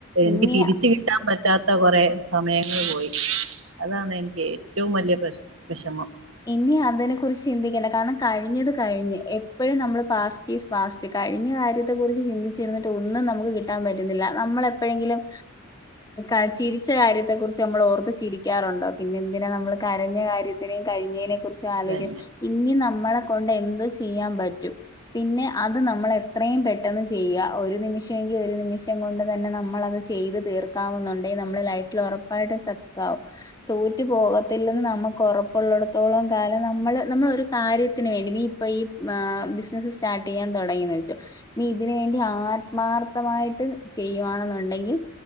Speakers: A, on the right; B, on the left.
A: എനിക്ക്
B: ഇനി
A: തിരിച്ച് കിട്ടാൻ പറ്റാത്ത കുറെ സമയങ്ങൾ പോയി അതാണ് എനിക്ക് ഏറ്റവും വലിയ പ്രശ് വിഷമം
B: ഇനി അതിനെ കുറിച്ച് ചിന്തിക്കേണ്ട കാരണം കഴിഞ്ഞത് കഴിഞ്ഞ് എപ്പോഴും നമ്മൾ പാസ്റ്റീസ് പാസ്റ്റ് കഴിഞ്ഞ കാര്യത്തെ കുറിച്ച് ചിന്തിച്ചിരുന്നിട്ട് ഒന്നും നമുക്ക് കി ട്ടാൻ പറ്റുന്നില്ല നമ്മളെ എപ്പഴെങ്കിലും ആ ചിരിച്ച കാര്യത്തെ കുറിച്ച് നമ്മൾ ഓർത്ത് ചിരിക്കാറുണ്ടോ പിന്നെന്തിനാ നമ്മൾ കരഞ്ഞ കാര്യത്തിനേ കഴിഞ്ഞതിനെ കുറിച്ച് ആലോയ്ക്കാൻ
A: തന്നെ
B: ഇന്നി നമ്മളെ കൊണ്ട് എന്തു ചെയ്യാൻ പറ്റും പിന്നെ അത് നമ്മൾ എത്രയും പെട്ടെന്ന് ചെയ്യ ഒരു നിമിഷമെങ്കി ഒരു നിമിഷം കൊണ്ട് തന്നെ നമ്മൾത് ചെയ്ത് തീർക്കാവുന്നുണ്ടെ നമ്മൾ ലൈഫിൽ ഉറപ്പായിട്ടും സക്സാകും തോറ്റു പോകത്തില്ലെന്ന് നമ്മക്കോറ ഉള്ളടത്തോളം കാലം നമ്മള് നമ്മളോരു കാര്യത്തിന് വേണ്ടി നീ ഇപ്പ ഈ ബിസിനസ്സ് സ് സ്റ്റാർട്ട് ചെയാൻ തുടങ്ങിന്ന് വചോ നീ ഇതിന് വേണ്ടി ആത്മാർത്ഥമായിട്ട് ചെയ്യുവാണെന്നുണ്ടെങ്കിൽ